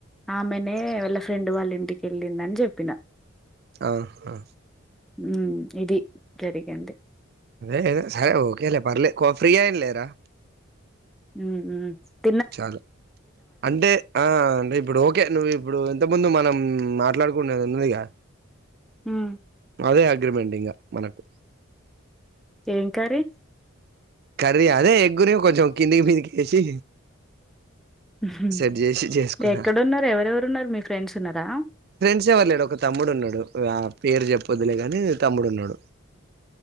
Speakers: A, in the centre; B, on the right (about 45°).
A: ఆమెనే వాళ్ళ ఫ్రెండ్ వాళ్ళ ఇంటికి వెళ్ళిందని చెప్పిన
B: ఆహా
A: ఉమ్ ఇది జరిగింది
B: అదే సరే ఓకేలే పర్లే ఫ్రీ అయినలేరా
A: ఉమ్ ఉమ్
B: చాలు అంటే ఆ అంటే ఇప్పుడు ఓకే నువ్వు ఇప్పుడు ఇంత ముందు మనం మాట్లాడుకునేది ఉన్నదిగా
A: ఉమ్
B: అదే అగ్రిమెంట్ ఇంగ మనకు
A: ఏం కర్రీ
B: కర్రీ అదే ఎగ్గురే కొంచెం కిందికి మిందికి వేసి
A: ఉహూ
B: సెట్ చేసి చేసుకున్నా
A: ఎక్కడున్నారు ఎవరెవరు ఉన్నారు మీ ఫ్రెండ్స్ ఉన్నారా
B: ఫ్రెండ్స్ ఎవ్వరు లేడు ఒక తమ్ముడు ఉన్నాడు పేరు చెప్పొద్దులే కానీ తమ్ముడు ఉన్నాడు